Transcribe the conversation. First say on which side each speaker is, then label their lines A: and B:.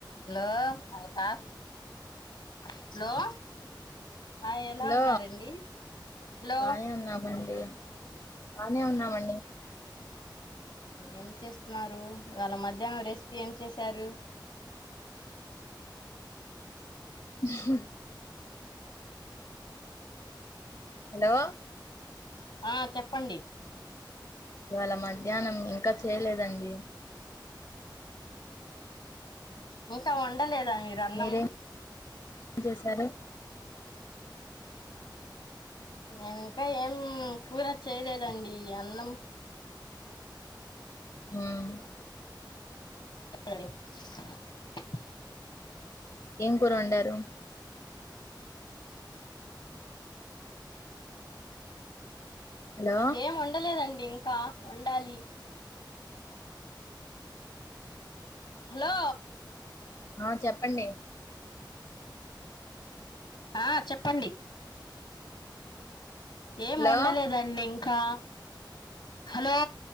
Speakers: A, on the left; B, on the left.
A: Hello అక్కా hello ఆ ఎలా
B: హలో
A: ఉన్నారండి హలో
B: బానే ఉన్నామండి బానే ఉన్నామండి
A: ఏం చేస్తున్నారు ఇవాళ మధ్యాహ్నం రెసిపీ ఏం చేసారు
B: ఉహు హలో
A: ఆ చెప్పండి
B: ఇవాళ మధ్యాహ్నం ఇంకా చేయలేదండి
A: ఉ త వంట <inaudible> వండ లేదా మీరు అన్నము
B: మీరేం చేశారు
A: మేమింకా ఏం కూర చేయలేదండి అన్నం
B: ఉమ్
A: <unintelligible>
B: ఏం కూర వండారు హలో
A: ఏం వండలేదండి ఇంకా వండాలి హలో
B: ఆ చెప్పండి
A: ఆ చెప్పండి ఏం
B: హలో
A: వండలేదండి కా హలో